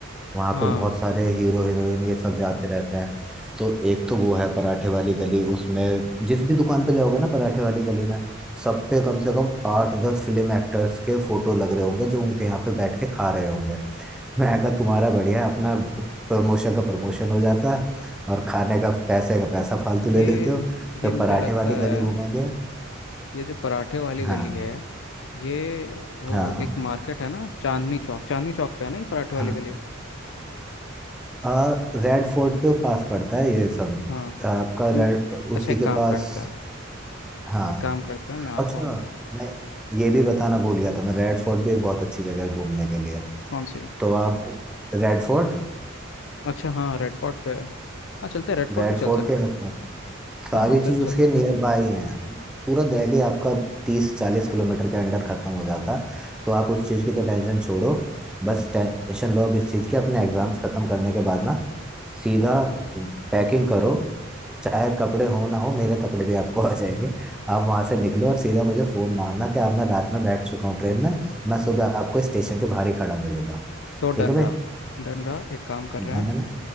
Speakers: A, in the centre; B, on the left.
A: वहाँ
B: हाँ
A: पे बहुत सारे हीरो हीरोइन ये सब जाते रहते हैं तो एक तो वो है पराठे वाली गली उसमें जिस भी दुकान पे जाओगे ना पराठे वाली गली में सब पे कम से कम आठ दस फिल्म एक्टर्स के फोटो लग रहे होंगे जो उनके यहाँ पे बैठ के खा रहे होंगे मैं कहा तुम्हारा बढ़िया अपना प्रमोशन का प्रमोशन हो जाता है और खाने का पैसे का पैसा फालतू ले
B: ये
A: लेते हो
B: ये
A: तो
B: मुझे
A: पराठे
B: लगता
A: वाली
B: है
A: गली घूमेंगे
B: ये जो पराठे वाली गली
A: हाँ
B: है ये वो
A: हाँ
B: एक मार्केट है ना चांदनी चौक चांदनी चौक पे है ना ये पराठे वाली
A: हाँ
B: गली
A: आ, रेड फोर्ट के पास पड़ता है ये सब
B: हाँ
A: आपका
B: हम्म,
A: रेड
B: अच्छा
A: उसी
B: एक
A: के
B: काम
A: पास
B: करते हैं
A: हाँ
B: एक काम करते हैं मैं आता
A: अच्छा
B: हूँ
A: मैं ये भी बताना भूल गया था मैं रेड फोर्ट भी एक बहुत अच्छी जगह है घूमने के लिए
B: कौन सी
A: तो आप रेड फोर्ट
B: अच्छा हाँ रेड फोर्ट पे है हाँ चलते हैं रेड फोर्ट
A: रेड
B: भी
A: फोर्ट
B: चल सकते
A: के
B: हैं
A: आसपास सारी
B: हाँ हाँ उधर
A: चीज
B: भी
A: उसके
B: चल सकते
A: नियर
B: हैं
A: बाय है पूरा दिल्ली आपका तीस चालीस किलोमीटर के अंडर खत्म हो जाता तो आप उस चीज की तो टेंशन छोड़ो बस टेंशन लो अब इस चीज की अपने एग्जाम्स खत्म करने के बाद ना सीधा पैकिंग करो चाहे कपड़े हो ना हो मेरे कपड़े भी आपको आ जाएंगे आप वहां से निकलो और सीधा मुझे फोन मारना कि आप मैं रात में बैठ चुका हूँ ट्रेन में मैं सुबह आपको स्टेशन के बाहर ही खड़ा मिलूंगा
B: तो डन
A: ठीक है भाई
B: रहा डन रहा एक काम कर रहे हैं
A: है ना ना